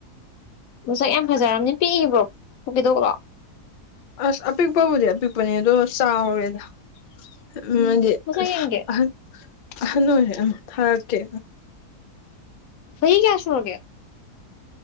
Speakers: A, on the left; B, on the left.
A: ꯃꯁꯛ ꯌꯥꯝ ꯐꯖꯔꯕꯅꯤ ꯄꯤꯛꯏꯕ꯭ꯔꯣ ꯄꯣꯀꯦꯗꯣꯛꯂꯣ
B: ꯑꯁ ꯑꯄꯤꯛꯄꯕꯨꯗꯤ ꯑꯄꯤꯛꯄꯅꯦ ꯑꯗꯣ ꯆꯥꯎꯔꯦꯗ
A: ꯎꯝ
B: ꯑꯃꯗꯤ
A: ꯃꯁꯛ ꯌꯦꯡꯒꯦ
B: ꯑꯍ ꯑꯍꯜ ꯑꯣꯏꯔꯦ ꯑꯃ ꯊꯥꯔꯛꯀꯦ
A: ꯆꯍꯤ ꯀꯌꯥꯁꯨꯨꯔꯒ